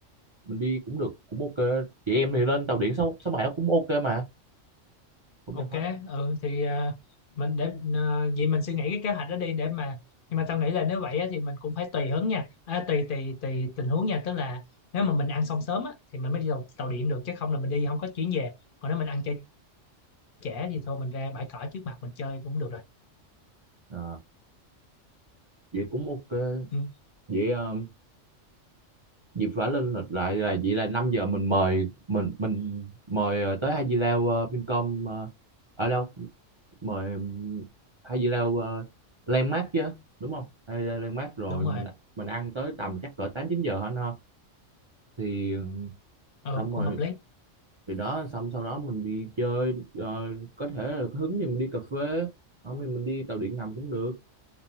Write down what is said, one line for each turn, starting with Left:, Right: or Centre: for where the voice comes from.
Right: mình đi cũng được Cũng ok Chị em thì lên tàu điện sáu sáu bảy cũng ok mà Cũng
Left: ok
Right: đang hết
Left: ừ thì à, mình để à, vậy mình suy nghĩ cái kế hoạch đó đi để mà nhưng mà tao nghĩ là nếu vậy á, thì mình cũng phải tùy hứng nha à, tùy tùy tùy tình huống nha tức là nếu mà mình ăn xong sớm á, thì mình mới đi tàu, tàu điện được chứ không là mình đi không có chuyến về còn nếu mình ăn chơi trễ thì thôi mình ra bãi cỏ trước mặt mình chơi cũng được rồi
Right: Ờ, Vậy cũng ok
Left: ừ,
Right: Vậy ờ, dịp vả lên lịch lại là vậy là 5 giờ mình mời mình mình mời ờ, tới Hai Di Lao ờ, Vincom ờ, ở đâu mời Hai Di Lao uh, Landmark chứ đúng không Hai Di Lao Landmark rồi
Left: đúng
Right: mình
Left: rồi
Right: mình ăn tới tầm chắc cỡ 8 9 giờ hả nó thì ờ,
Left: ừ
Right: xong
Left: cũng
Right: rồi
Left: hợp lý
Right: thì đó xong sau đó mình đi chơi ờ, có thể là có hứng thì mình đi cà phê không thì mình đi tàu điện ngầm cũng được